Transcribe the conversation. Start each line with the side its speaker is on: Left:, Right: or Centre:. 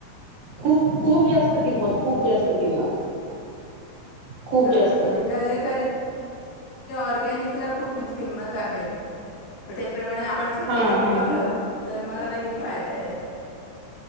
Right: खूप खूप जास्त किंमत खूप जास्त किंमत खूप
Left: खत
Right: जास्त
Left: म्हणजे हल्ले कर ऑर्गॅनिकला खूप किंमत आहे. त्याप्रमाणे आपण स्वतःच
Right: हा
Left: पिकवलं.
Right: हा
Left: तर मला खर किती फायदा आहे.